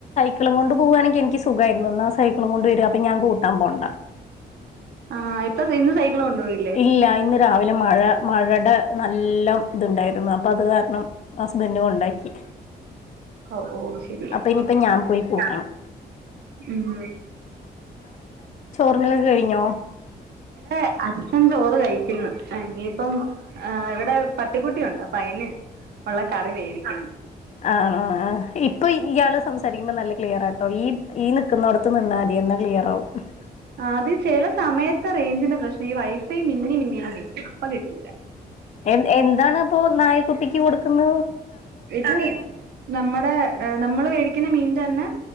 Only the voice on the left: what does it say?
ക്ക്ളും കൊണ്ട് പോവാണെങ്കി എനിക്ക് സുഖാരുന്നു ന്നാ സൈക്ക്ളും കൊണ്ട് വരാ അപ്പം ഞാൻ കൂട്ടാൻ പോണ്ട
ഇല്ല ഇന്ന് രാവിലെ മഴ മഴേടെ നല്ലം ഇതുണ്ടായിരുന്നു അപ്പം അത് കാരണം ഹസ്ബൻഡ് കൊണ്ടാക്കി
അപ്പൊ ഇനിയിപ്പ ഞാൻ പോയി കൂട്ടണം
ത്‌ന്നലൊക്കെ കഴിഞ്ഞോ?
ആഹ് ആഹ് ആഹ്, ഇപ്പ ഇ ഇയാള് സംസാരിക്കുമ്പം നല്ല ക്ലിയറാട്ടോ ഈപ് ഈന്ന് ക്കുന്നോടത്ത് നിന്നാതി. ന്നാ ക്ലിയറാവും <unintelligible>
എൻ എന്താണ് ഇപ്പോ നായക്കുട്ടിക്ക് കൊടുക്കുന്ന?